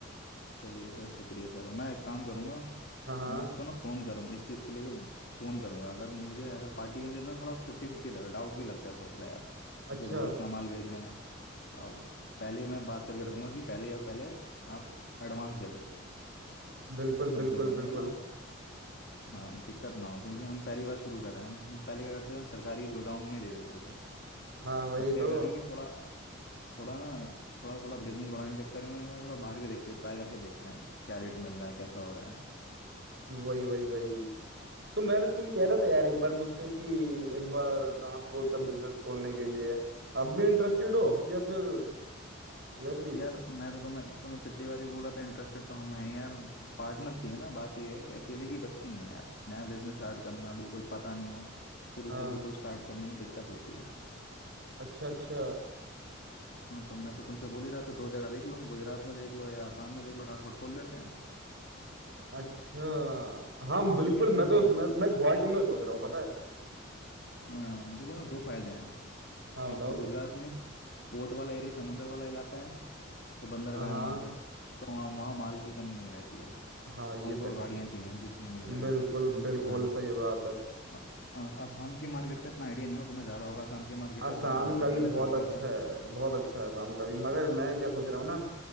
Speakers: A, on the left (about 55°); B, on the right (about 55°).
A: चलिए सर शुक्रिया सर मैं एक काम करूंगा
B: हाँ हाँ
A: मैं आपको ना फोन करूंगा इस चीज के लिए फोन करूंगा अगर मुझे अगर पार्टी मुझे ना थोड़ा फिफ्टी फिफ्टी लग रहा है डाउट भी लगता है थोड़ा थोड़ा यार
B: अच्छा
A: एक तो दूर इतना माल भेज रहे हैं अब पहले ही मैं बात करके रखूंगा कि पहले या पहले आप एडवांस दे दो
B: बिल्कुल
A: कम
B: बिल्कुल
A: से कम
B: बिल्कुल
A: ये ना हो हाँ दिक्कत ना हो क्योंकि हम पहली बार शुरू कर रहे हैं हम हम पहले क्या करते थे हम सरकारी गोदाम में ही दे देते थे
B: हाँ वही
A: अब
B: तो
A: क्या कर रहे हैं कि थोड़ा थोड़ा ना थोड़ा थोड़ा बिजनेस बढ़ाने के चक्कर में थोड़ा बाहर भी देखते ट्राई करके देखते हैं क्या रेट मिल रहा है कैसा हो रहा है
B: वही वही वही तो मैंने तुम कह रहे थे यार एक बार मुझसे कि एक बार ट्रांसपोर्ट का बिजनेस खोलने के लिए अब भी इंटरेस्टेड हो या फिर वैसी
A: यार मैं तो तुम्हें तुम्हें पिछली बार भी बोला था इंटरेस्टेड तो हम हैं यार पार्टनर चाहिए ना बात ये है कि अकेले की बस की नहीं है यार नया बिजनेस स्टार्ट करना बिल्कुल पता नहीं हो शुरू
B: हाँ
A: से बिल्कुल स्टार्ट करने में दिक्कत होती है
B: अच्छा अच्छा
A: हाँ तो मैं तो तुमसे बोल ही रहा था दो जगह देख लो गुजरात में देख लो या आसाम में देख लो ट्रांसपोर्ट खोल लेते हैं
B: अच्छा हाँ बिल्कुल
A: क्योंकि ना देखो
B: मैं तो मैं, मैं गुवाहाटी में सोच रहा हूँ पता है
A: अ, देखो ना दो फायदे हैं
B: हाँ बताओ
A: एक तो गुजरात में पोर्ट वाला एरिया समुद्र वाला इलाका है तो बंदरगाह
B: हाँ
A: है वहाँ पे तो वहाँ वहाँ माल की कमी नहीं रहती है
B: हाँ ये
A: उनको
B: तो
A: तो गाड़ियाँ
B: है
A: चाहिए जितनी मिल जाए
B: बिल्कुल बिल्कुल
A: हाँ
B: सही बात है
A: आ- आ- आसाम की मार्केट का इतना आइडिया नहीं हो तुम्हें ज्यादा होगा आसाम की मार्केट
B: असम
A: का तुम्हारा ज्यादा
B: का भी
A: पहले
B: बहुत
A: ताल्लुकात
B: अच्छा
A: रहा
B: है बहुत अच्छा है असम का भी मगर मैं क्या सोच रहा हूँ ना